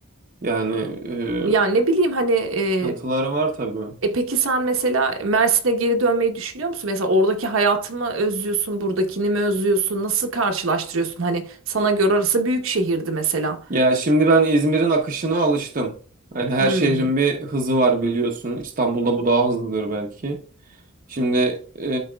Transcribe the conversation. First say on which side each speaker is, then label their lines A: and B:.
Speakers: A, on the right; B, on the right.
A: Yani e,
B: Ya ne bileyim hani e,
A: sıkıntıları var tabii.
B: e peki sen mesela Mersin'e geri dönmeyi düşünüyor musun? Mesela oradaki hayatı mı özlüyorsun, buradakini mi özlüyorsun? Nasıl karşılaştırıyorsun? Hani sana göre orası büyük şehirdi mesela.
A: Ya şimdi ben İzmir'in akışına alıştım. Yani her
B: Hmm.
A: şehrin bir hızı var biliyorsun. İstanbul'da bu daha hızlıdır belki. Şimdi e,